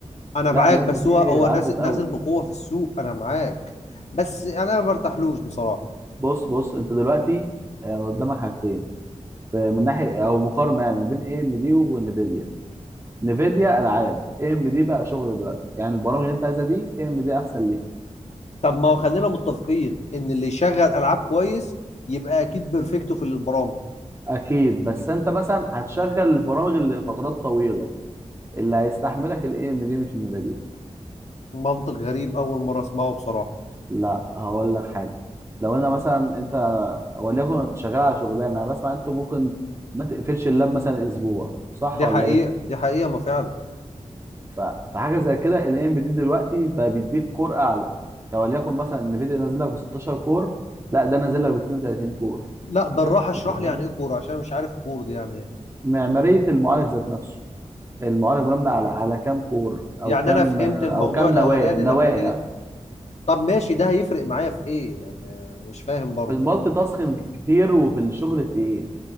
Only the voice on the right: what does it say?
لا
الاي
ام دي
عدت
قوي
بص بص انت دلوقتي آه، قدامك حاجتين ف- من ناحية او مقارنة يعني ما بين اي ام دي وانفيديا نفيديا العاب اي ام دي بقى شغل دلوقتي يعني البرامج اللي انت عايزها دي اي ام دي احسن ليه
اكيد بس انت مثلا هتشغل البرامج اللي لفترات طويله اللي هيستحملك الاي ام دي مش النفيديا
لا هقول لك حاجه لو انا مثلا انت وليكن شغال على شغلانه انا بسمع انتوا ممكن ما تقفلش اللاب مثلا اسبوع صح
ولا
ايه
ف- فحاجه زي كده الاي ام دي دلوقتي بقى بيديك كور اعلى يعني وليكن مثلا النفيديا نازل لك ب 16 كور لا ده نازل لك ب 32 كور
انت فاهم
معمارية المعالج ذات نفسه المعالج مبني على على كام كور او
كام
او
كام
نواة نواة
يعني
في المالتي تاسكينج كتير وفي الشغل التقيل